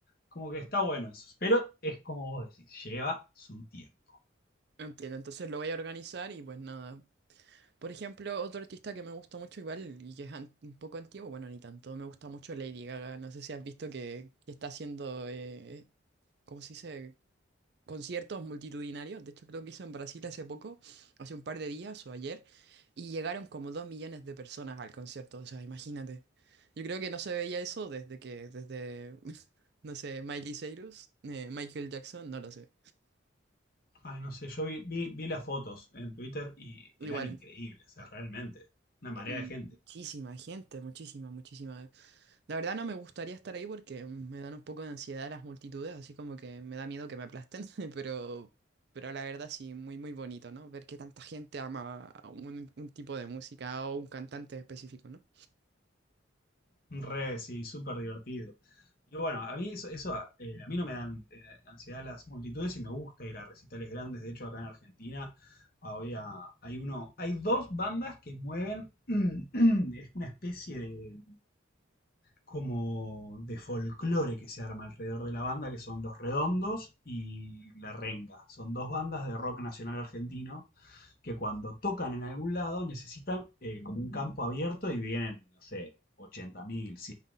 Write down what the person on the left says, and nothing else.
Como que está bueno eso. Pero es como vos decís, lleva su tiempo.
Ay, no sé, yo vi, vi, vi las fotos en Twitter y
eran increíbles, o sea, realmente. Una marea
de gente.
Re, sí, súper divertido. Y bueno, a mí eso, eso, eh, a mí no me dan eh, ansiedad las multitudes y me gusta ir a recitales grandes. De hecho, acá en Argentina había, hay uno, hay dos bandas que mueven, <clears throat> es una especie de como de folclore que se arma alrededor de la banda, que son Los Redondos y La Renga. Son dos bandas de rock nacional argentino que cuando tocan en algún lado necesitan eh, como un campo abierto y vienen, no sé, 80.000,